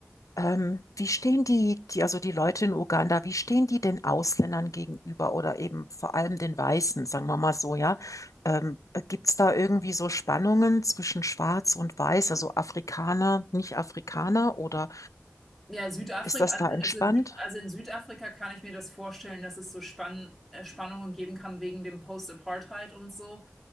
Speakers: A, on the left (about 85°); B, in the centre.
A: ähm, wie stehen die, die, also die Leute in Uganda, wie stehen die den Ausländern gegenüber oder eben vor allem den Weißen, sagen wir mal so, ja? Ähm, gibt es da irgendwie so Spannungen zwischen Schwarz und Weiß, also Afrikaner, Nicht-Afrikaner, oder
B: Ja, Südafrika,
A: ist das
B: also,
A: da entspannt?
B: also, Süd, also in Südafrika kann ich mir das vorstellen, dass es so Spann äh, Spannungen geben kann wegen dem Post-Apartheid und so.